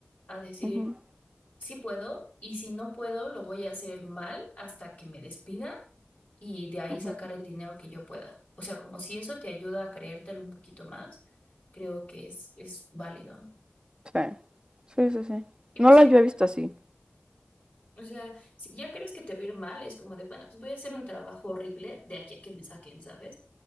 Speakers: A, on the left; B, on the right.
A: a decir,
B: ujú,
A: sí puedo y si no puedo, lo voy a hacer mal hasta que me despidan y de ahí
B: ujú.
A: sacar el dinero que yo pueda. O sea, como si eso te ayuda a creértelo un poquito más, creo que es, es válido.
B: Sí, sí, sí, sí.
A: Y
B: No
A: pues sí,
B: la había visto así.
A: O sea, si ya crees que te va a ir mal, es como de, bueno, pues voy a hacer un trabajo horrible de aquí a que me saquen, ¿sabes?